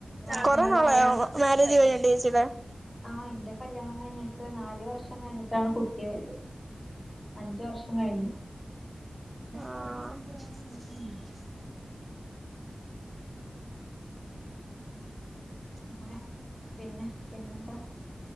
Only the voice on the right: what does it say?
കുറേ
നാളായോ
മാരേജ് കഴിഞ്ഞിട്ട് <unintelligible>
ആഹ് ഉം